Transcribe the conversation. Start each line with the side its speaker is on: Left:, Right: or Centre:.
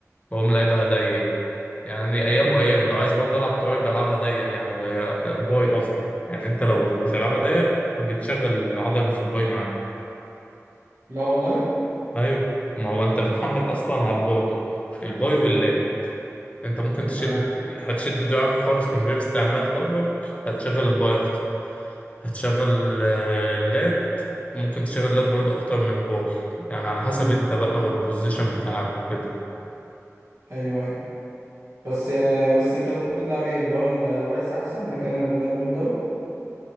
Left: بقوم لعبها ضيق يعني ايام
Right: مم.
Left: وايام لو عايز برضه العب تراي بلعبها ضيق يعني هي- باي قصدي يعني انت لو بتلعبها ضيق بتشغل عضلة الباي معاك
Right: لا والله
Left: ايوه ما هو انت بتحمل اصلا على الباي الباي واللات انت ممكن تشد
Right: تمام
Left: هتشد دراعك خالص من غير استعمال ظهرك هتشغل الباي اكتر هتشغل آه، اللات ممكن تشغل اللات برضه اكتر من الباقي يعني على حسب
Right: مم.
Left: انت بقى والبوزيشن بتاعك وكده
Right: أيوه أيوه بس يعني بس انت بتحب تلعب ايه اللي هو ال- الواسع احسن مكان اللات بول داون